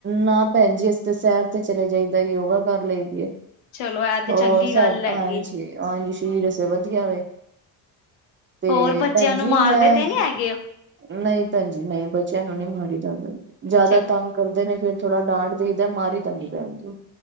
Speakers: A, on the right (about 25°); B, on the left (about 85°).
A: ਨਾ ਭੈਣ ਜੀ ਇਸ ਤੇ ਸੈਰ ਤੇ ਚਲੇ ਜਾਈਦਾ ਯੋਗਾ ਕਰ ਲਈ ਹੈ।
B: ਚਲੋ ਐ ਤੇ
A: ਹੋ
B: ਚੰਗੀ
A: ਸਰ
B: ਗੱਲ ਹੈਗੀ।
A: ਹਾਂਜੀ ਤੇਰਸ ਵਧੀਆ ਵੇ ਤੇ
B: ਹੋਰ ਬੱਚਿਆਂ
A: ਭੈਣ
B: ਨੂੰ
A: ਜੀ
B: ਮਾਰਦੇ
A: ਮੈਂ
B: ਤੇ ਨੀ ਹੈਗੇ ਉਹ
A: ਨਹੀਂ ਭੈਣ ਜੀ ਨਹੀਂ ਬੱਚਿਆਂ ਨੂੰ ਨਹੀਂ ਮਾੜੀ ਜਾ ਜ਼ਿਆਦਾ
B: ਚ
A: ਤੰਗ ਕਰਦੇ ਨੇ ਫਿਰ ਥੋੜਾ ਡਾਂਟ ਦੇਈਦਾ ਮਾਰੀ ਦਾ ਨੀ ਪੈਰ ਤੇ